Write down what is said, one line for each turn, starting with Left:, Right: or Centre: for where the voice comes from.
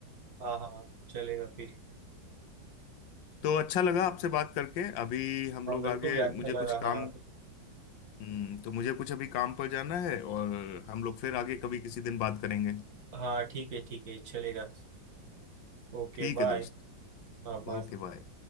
Right: हाँ हाँ चलेगा फिर
Left: तो अच्छा लगा आपसे बात करके अभी हम
Right: हाँ
Left: लोग
Right: मेरे
Left: आगे
Right: को भी अच्छा
Left: मुझे
Right: लगा
Left: कुछ काम
Right: हाँ
Left: हम्म, तो मुझे कुछ अभी काम पर जाना है और हम लोग फिर आगे कभी किसी दिन बात करेंगे
Right: हाँ ठीक है ठीक है चलेगा Okay
Left: ठीक
Right: bye
Left: है दोस्त
Right: हाँ बाय
Left: Okay bye